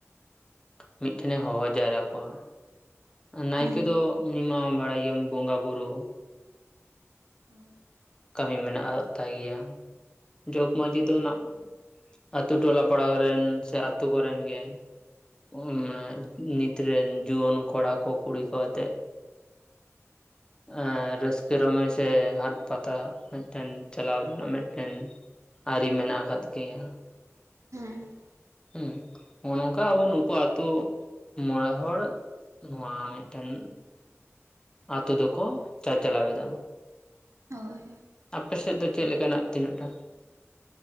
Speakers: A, on the left; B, on the right.
A: ᱢᱤᱱᱴᱷᱮᱱᱮ ᱦᱚᱦᱚ ᱡᱟᱣᱨᱟ ᱠᱚᱣᱟ, ᱱᱟᱭᱠᱮ
B: ᱦᱮᱸ
A: ᱫᱚ ᱩᱱᱤ ᱢᱟ ᱵᱟᱲᱟᱭ ᱜᱮᱭᱟᱢ ᱵᱚᱸᱜᱟ ᱵᱩᱨᱩ᱾
B: ᱦᱳᱭ᱾
A: ᱠᱟᱹᱢᱤ ᱢᱮᱱᱟᱜ ᱟᱜ ᱛᱟᱭ ᱜᱮᱭᱟ, ᱡᱚᱜᱽ ᱢᱟᱺᱡᱷᱤ ᱫᱚ ᱱᱟᱜ ᱟᱛᱳ ᱴᱚᱞᱟ ᱯᱟᱲᱟ ᱠᱚᱨᱮᱱ ᱥᱮ ᱟᱛᱳ ᱠᱚᱨᱮᱱ ᱜᱮ᱾ ᱩᱜ ᱢᱟᱱᱮ ᱱᱤᱛ ᱨᱮᱱ ᱡᱩᱣᱟᱹᱱ ᱠᱚᱲᱟ ᱠᱚ ᱠᱩᱲᱤ ᱠᱚ ᱟᱛᱮᱫ ᱮ ᱨᱟᱹᱥᱠᱟᱹ ᱨᱚᱢᱚᱡ ᱥᱮ ᱦᱟᱴ ᱯᱟᱛᱟ ᱢᱤᱫᱴᱮᱱ ᱪᱟᱞᱟᱣ ᱨᱮᱱᱟᱜ ᱢᱤᱫᱴᱮᱱ ᱟᱹᱨᱤ ᱢᱮᱱᱟᱜ ᱟᱠᱟᱫ ᱜᱮᱭᱟ᱾
B: ᱦᱮᱸ
A: ᱦᱩᱸ, ᱦᱚᱸᱜ-ᱚ ᱱᱚᱝᱠᱟ ᱟᱵᱚ ᱱᱩᱠᱩ ᱟᱛᱳ ᱢᱚᱬᱮ ᱦᱚᱲ᱾ ᱱᱚᱣᱟ ᱢᱤᱱᱴᱮᱱ ᱟᱛᱳ ᱫᱚᱠᱚ ᱪᱟᱪᱟᱞᱟᱣ ᱮᱫᱟ,
B: ᱦᱳᱭ
A: ᱟᱯᱮ ᱥᱮᱫ ᱫᱚ ᱪᱮᱱ ᱞᱮᱠᱟᱱᱟᱜ ᱛᱤᱱᱟᱹᱜ ᱴᱟ?